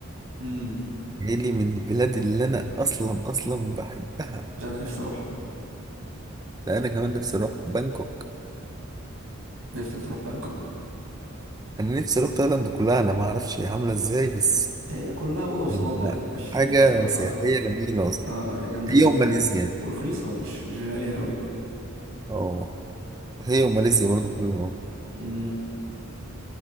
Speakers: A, on the right (about 85°); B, on the right (about 20°).
A: امم
B: ايه لي من البلاد اللي انا اصلا اصلا بحبها
A: انا نفسي اروح
B: ده انا كمان نفسي اروح بانكوك
A: نفسك تروح بانكوك
B: انا نفسي اروح تايلاند كلها انا ما اعرفش هي عامله ازاي بس
A: هي كلها اوضه وصاله
B: يعني
A: يعني مش
B: حاجه
A: مش واسعه
B: سياحيه جميله اصلا
A: اه لا هي جامده
B: هي
A: جدا
B: وماليزيا
A: ورخيصة مش مش غالية أوي
B: اه هي وماليزيا برضه حلوه أوي.
A: مم،